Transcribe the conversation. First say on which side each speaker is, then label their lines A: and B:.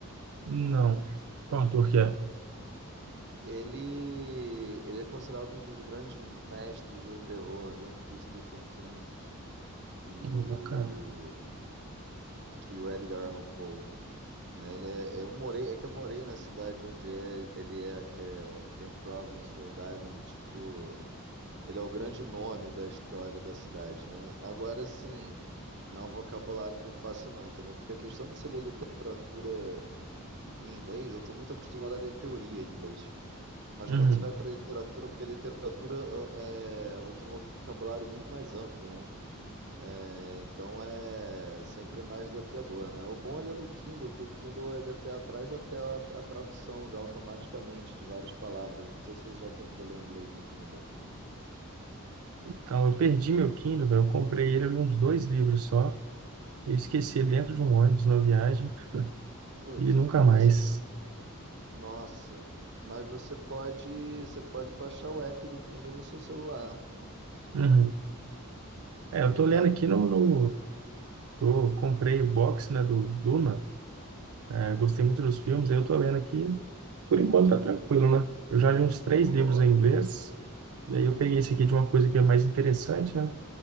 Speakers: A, on the right; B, on the right.
A: Não. Qual autor que é?
B: Ele, ele é considerado um dos grandes mestres do terror, junto com o Stephen King e
A: Oh,
B: o,
A: bacana.
B: e o Edgar Allan Poe. né? Ele é, eu morei, é que eu morei na cidade onde é, ele é, que é, tem Providence, Rhode Island, e, tipo, ele é o grande nome da história da cidade, né? Agora, sim, não é um vocabulário fácil não, entendeu? Porque a questão de se ler literatura em inglês, eu tô muito acostumado a ler teoria em inglês. Mas
A: Uhum.
B: quando você vai para literatura, porque a literatura ah, é, usa um vocabulário muito mais amplo, né? É, então é sempre mais desafiador, né? O bom ele é no Kindle, que o Kindle ele é até traz até a, a tradução já automaticamente de várias palavras. Não sei se você já tentou ler em inglês no Kindle.
A: Então, eu perdi meu Kindle, velho. Eu comprei ele, eu li uns dois livros só. Eu esqueci
B: Hum,
A: ele dentro de um ônibus na viagem
B: Putz,
A: e nunca mais.
B: mas você, nossa, mas você pode, você pode baixar o app do Kindle no seu celular,
A: Uhum. É,
B: tá
A: eu
B: ligado?
A: tô lendo aqui no, no- tô, comprei o box, né, do Duna. É, gostei muito dos filmes, aí eu tô lendo aqui. Por enquanto tá tranquilo, né? Eu já li uns três
B: Pô,
A: livros em inglês. E
B: <clears throat>
A: aí eu peguei esse aqui de uma coisa que é mais interessante, né?